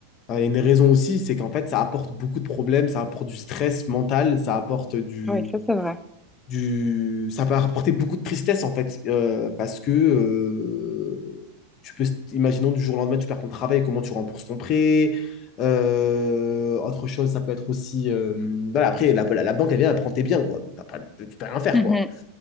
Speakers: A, on the left (about 35°); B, in the centre.
A: euh, il y a une raison aussi, c'est qu'en fait, ça apporte beaucoup de problèmes, ça apporte du stress mental, ça apporte du,
B: ouais, ça c'est vrai.
A: du, ça peut apporter beaucoup de tristesse en fait, euh, parce que euh, tu peux, imaginons du jour au lendemain, tu perds ton travail, comment tu rembourses ton prêt. Euh, autre chose, ça peut être aussi, euh, voilà, après la, la- la banque elle vient, elle prend tes biens quoi, donc t'as pas- tu peux rien faire
B: Mhm,
A: quoi.